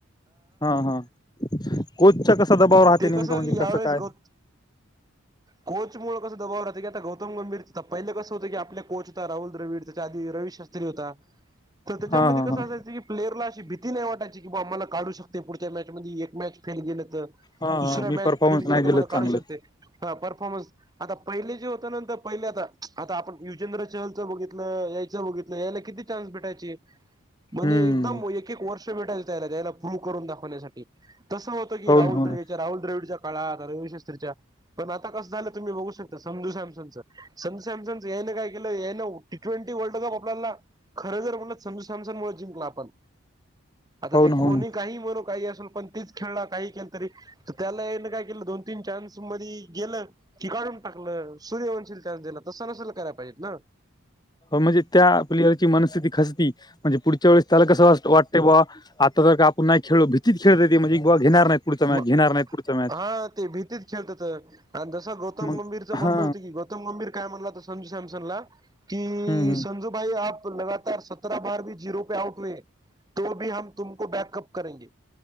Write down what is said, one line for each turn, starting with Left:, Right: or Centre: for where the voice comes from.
Left: हा हा कोचचा कसा दबाव राहते
Right: ते
Left: नेमकं म्हणजे
Right: यावेेळेस
Left: कसं काय
Right: गौ कोच मूळ कसं दबाव राहते की आता गौतम गंभीर पहिले कस होत की आपले कोच होता राहुल द्रविड त्याच्या आधी रवी शास्त स्त्री होता, तर त्याच्यामध्ये
Left: हा हा
Right: कस
Left: हा
Right: असायचं की प्लेअरला अशी भीती नाही वाटायची की बाबा आम्हाला काढू शकते पुढच्या मॅच मधी एक मॅच फेल गेलं तर
Left: हा
Right: दुसरा
Left: हा मी
Right: मॅच
Left: परफॉर्मन्स
Right: फेल गेलं
Left: नाही
Right: तर
Left: दिलं
Right: मला काढू
Left: चांगलं
Right: शकते हा परफॉर्मन्स आता पहिले जे होत नंतर पहिले आता, आता आपण युजेंद्र चहलचं बघितलं यायच बघितलं याला किती चान्स भेटायचे म्हणजे
Left: हम्म
Right: एकदम एक एक एक वर्ष भेटायचं त्याला त्याला प्रूव्ह करून दाखवण्यासाठी तसं होतं की
Left: हो
Right: राहुल
Left: ना हो
Right: द्र
Left: ना
Right: हेच्या राहुल द्रविडचा काळात रविशास्त्रीच्या पण आता कस झालं तुम्ही बघू शकता संजू सॅमंसंगच संजू सॅमसंग ह्याने काय केल ह्यानं टी ट्वेंटी वल्ड कप आपल्याला खरं जर म्हणटलं संजू सॅमसन मूळ जिंकला आपण आता
Left: हो
Right: ते
Left: ना हो
Right: कोणी
Left: ना
Right: काही म्हणू काही असेल पण तीच खेळला काही केलं तरी त्याला ह्यानं काय केलं दोन तीन चान्स मध्ये गेलं की काढून टाकलं सूर्यवंशील चान्स दिला तसं नसेल कराय पाहिजेत ना
Left: म्हणजे त्या प्लेयरची मनस्थिती खसती म्हणजे पुढच्या वेळेस त्याला कसं वा वाटते बुवा आ आता जर का आपण मॅच खेळलो भीतीच खेळत ते म्हणजे बाबा घेणार नाही पुढ मॅच
Right: म
Left: घेणार नाही पुढं मॅ
Right: हा ते भीतीत खेळतात आणि जसं गौतम
Left: मग
Right: गंभीरचं म्हणणं
Left: हा
Right: होत की गौ तम गंभीर काय म्हणला तो संजू सॅमसनला की
Left: हम्म
Right: सं भाई आप लगातार सतरा बार भी झिरो पे आउट हूए तो भी हम तुमको बॅकअप करेगे.